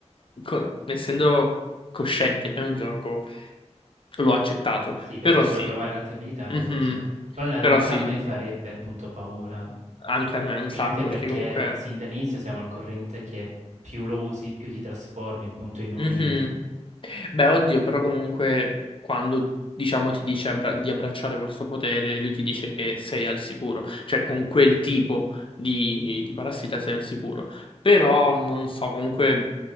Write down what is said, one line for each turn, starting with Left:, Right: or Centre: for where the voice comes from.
Left: co- essendo cosciente che è un gioco, l'ho accettato,
Right: Sì, perché
Left: però
Right: ci
Left: sì,
Right: vuole provare altre abilità,
Left: Mhm.
Right: le uso, però in realtà
Left: Però sì,
Right: a me farebbe appunto paura,
Left: anche a me un
Right: specialmente
Left: sacco,
Right: perché
Left: perché comunque...
Right: sin dall'inizio siamo al corrente che più lo usi, più ti trasformi appunto in un
Left: Mhm.
Right: Irritated.
Left: Beh, oddio, però comunque quando diciamo ti dice abbra- di abbracciare questo potere, lui ti dice che sei al sicuro, cioè con quel tipo di, di parassita sei al sicuro. Però non so, comunque